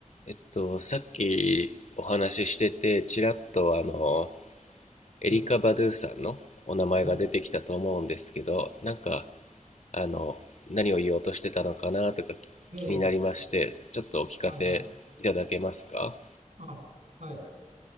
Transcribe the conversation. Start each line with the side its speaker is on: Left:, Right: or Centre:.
Left: えっと、さっきお話ししてて、ちらっとあの、エリカ・
Right: はい。
Left: バドゥさんのお名前が出てきたと思うんですけど、
Right: はい。
Left: なんか、あの、何を言おうとしてたのかなとか気になりまして、
Right: ええ、
Left: ちょっとお聞かせいただけますか
Right: はいはい。あ、はい。